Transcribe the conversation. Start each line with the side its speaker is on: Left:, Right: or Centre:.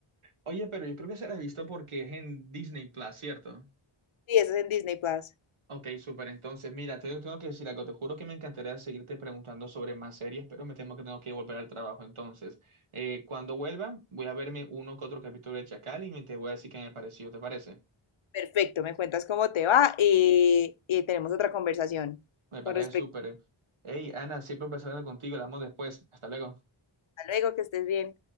Right: Oye, pero yo creo que se la he visto porque es en Disney Plus, ¿cierto?
Left: Sí, esa es en Disney Plus.
Right: Ok, súper. Entonces, mira, te tengo que decir algo. Te juro que me encantaría seguirte preguntando sobre más series, pero me temo que tengo que volver al trabajo. Entonces, eh, cuando vuelva, voy a verme uno que otro capítulo de Chacal y me te voy a decir qué me pareció. ¿Te parece?
Left: Perfecto, me cuentas cómo te va y, y tenemos otra conversación
Right: Me parece
Left: con respecto
Right: súper. Hey, Ana, siempre un placer hablar contigo. Hablamos después. Hasta luego.
Left: a luego, que estés bien.